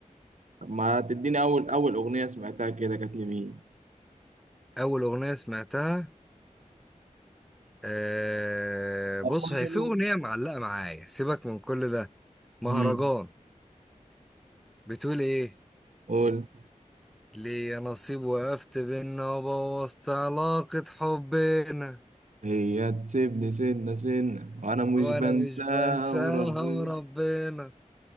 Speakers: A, on the right (about 65°); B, in the centre.
A: طب ما تديني اول اول اغنيه سمعتها كده كانت لمين
B: اول اغنية سمعتها أه
A: طب
B: بص هي
A: ما أنا
B: في
A: لو-
B: اغنية معلقة معايا سيبك من كل ده مهرجان
A: مم.
B: بتقول ايه
A: قول
B: ليا نصيب وقفت بينا وبوظت علاقة حبنا
A: هي تسيبني سنة سنة وأنا مش
B: وانا
A: بنساها
B: مش بنساها
A: وربنا
B: وربنا